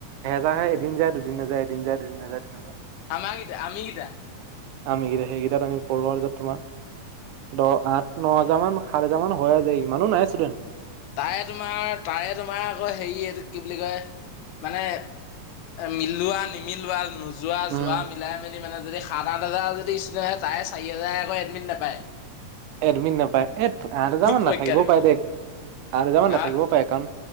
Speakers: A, on the right; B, on the left.
A: যাহে এদিন যায় দুদিন নাযায় এদিন যায় দুদিন নাযায় তেনেকুৱা
B: আমাৰ গেইটা আমি গীতা।
A: আমি গীতা সেইকেইটাত আমি পৰো আৰু তাৰপিছত তোমাৰ দহ আঠ ন হাজাৰ মান সাত হাজাৰ মান হৈ যায় ইমানো নাই ষ্টুডেণ্ট।
B: তাৰে তোমাৰ তাৰে তোমাৰ আকৌ হেৰি এইটো কি বুলি কয় মানে এ মিলোৱা নিমিলোৱা নো- যোৱা
A: উম
B: যোৱা মিলাই মেলি মানে যদি সাত আঠ হাজাৰ যদি ষ্টুডেণ্ট হয় তাই চাৰি হাজাৰকৈ এডমিট নাপায়।
A: এডমিট নাপায়। এ আঠ হজাৰ মান
B: পৰীক্ষা
A: নাথাকিবও
B: দিব
A: পাৰে দে আঠ হজাৰ মান নাথাকিবও
B: আহ
A: পাৰে কাৰণ